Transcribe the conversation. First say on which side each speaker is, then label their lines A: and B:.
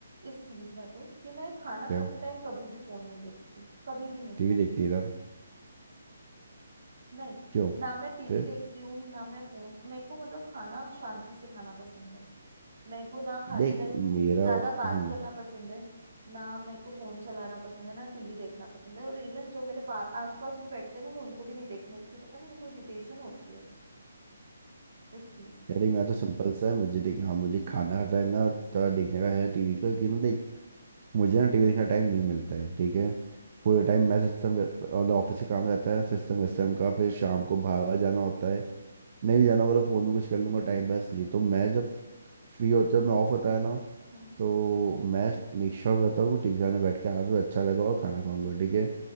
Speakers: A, on the right (about 70°); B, on the right (about 45°).
A: इस चीज में तो कि मैं खाना
B: क्या
A: खाते टाइम कभी भी फोन नहीं देखती कभी भी नहीं देखती
B: टीवी देखती है तब
A: नहीं
B: क्यों
A: ना मैं टीवी
B: फिर
A: देखती हूँ ना मैं फोन मेरे को मतलब खाना शांति से खाना पसंद है मेरे को ना खाते
B: देख
A: टाइम
B: मेरा
A: ज्यादा बात
B: हम्म
A: करना पसंद है ना मेरे को फोन चलाना पसंद है ना टीवी देखना पसंद है और इवन जो मेरे पा- आसपास भी बैठते हैं ना मैं उनको भी नहीं देखने देती हूँ। पता नहीं मेरे को इरिटेशन होती है इस चीज से
B: यार देख मैं तो सिंपल सा है मुझे
A: हम्म
B: देख हाँ मुझे खाना का टाइम ना तो देखने का है टीवी का क्यों ना देख मुझे ना टीवी देखने का टाइम नहीं मिलता है ठीक है पूरे टाइम मैं सिस्टम और ऑफिस का काम रहता है सिस्टम सिस्टम का फिर शाम को बाहर वाहर जाना होता है नहीं भी जाना होगा तो फ़ोन में कुछ कर लूंगा टाइम पास लिए तो मैं जब फ्री होता है मैं ऑफ होता है ना
A: हम्म हम्म।
B: तो मैं मेक श्योर करता हूँ कि टीवी खाने बैठ के आज मुझे अच्छा लगा और खाना खाऊंगा ठीक है